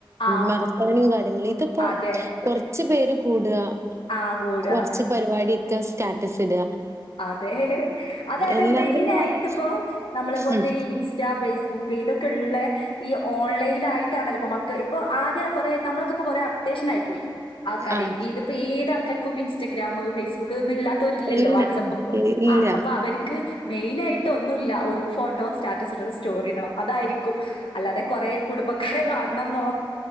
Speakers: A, on the left; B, on the right.
A: ആഹ്
B: മറക്കാനും കാര്യങ്ങളും ഇത്പ്പൊ
A: അതെ
B: കൊറച്ച് പേര് കൂടാ
A: ആഹ് കൂടുക
B: കൊറച്ച് പരിപാടി സ്റ്റാറ്റസ് ഇട
A: അതേ അതായത്
B: എല്ലാരും
A: മെയിനായിട്ടിപ്പോ
B: പാടെ
A: നമ്മളെ പോലത്തെ
B: ഉം
A: ഈ ഇൻസ്റ്റ ഫേസ്ബുക്ക് ഇതൊക്കെള്ളെ ഈ ഓൺലൈനായിട്ടാണല്ലപ്പൊ മക്ക ഇപ്പൊ ആകെ കൊറേ നമ്മളൊക്കിപ്പൊ കൊറേ അപ്ഡേഷൻ ആയി പോയി ആൾക്കാര്
B: ആഹ്
A: ഇതിപ്പോ ഏത ൾക്കാർക്കിപ്പൊ ഇൻസ്റ്റഗ്രാമ് ഫേസ് ബുക്ക്ന്ന്ല്ലാത്തരില്ലല്ലോ
B: ഇല്ല
A: വാട്സ്ആപ്പ്
B: ഇല്ല
A: ആ അപ്പ അവർക്ക് <unintelligible> മെയിനായിട്ട് ഒന്നൂല്ല ഒരുക്ക് ഫോട്ടോ സ്റ്റാറ്റസ് ഇടണം സ്റ്റോറി ഇടണം അതായിരി ക്കും അല്ലാതെ കൊറേ കുടുംബ ക്കാരെ കാണണന്നോ